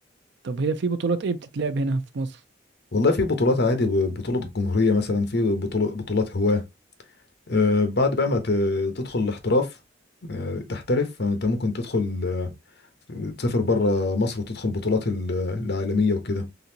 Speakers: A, on the right; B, on the left.
A: طب هي في بطولات ايه بتتلعب هنا في مصر
B: والله في بطولات عادي ب- بطولة الجمهورية مثلا في بطولة بطولات هواة آه بعد بقى ما ت- تدخل الاحتراف آه تحترف فانت ممكن تدخل آه تسافر بره مصر وتدخل بطولات ال- العالمية وكده